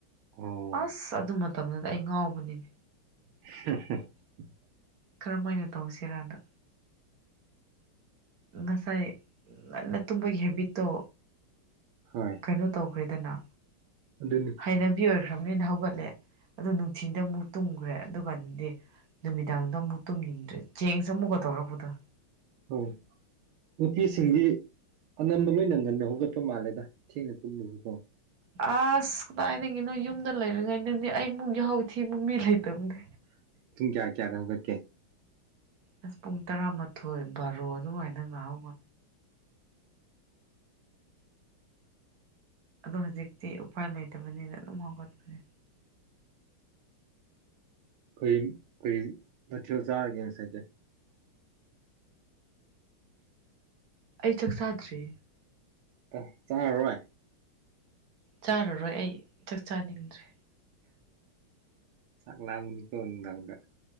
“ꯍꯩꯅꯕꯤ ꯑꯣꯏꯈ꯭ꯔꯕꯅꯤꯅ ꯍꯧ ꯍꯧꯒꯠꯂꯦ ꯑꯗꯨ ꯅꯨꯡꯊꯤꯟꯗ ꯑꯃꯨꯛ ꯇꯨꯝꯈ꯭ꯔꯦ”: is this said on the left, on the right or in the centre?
Right